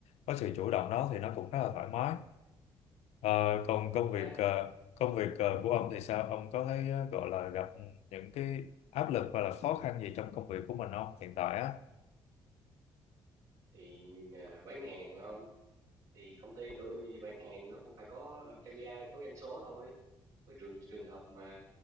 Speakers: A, on the left; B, on the right.
A: có sự chủ động đó thì nó cũng khá là thoải mái Ờ,
B: à
A: còn công
B: tính
A: việc
B: ra
A: ờ, công việc ờ, của ông thì sao ông có thấy ờ, gọi là gặp những cái áp lực hoặc là khó khăn gì trong công việc của mình không hiện tại á
B: thì à, bán hàng mà không thì công ty tôi bán hàng nó cũng phải có KPI có doanh số thôi với trường trường hợp mà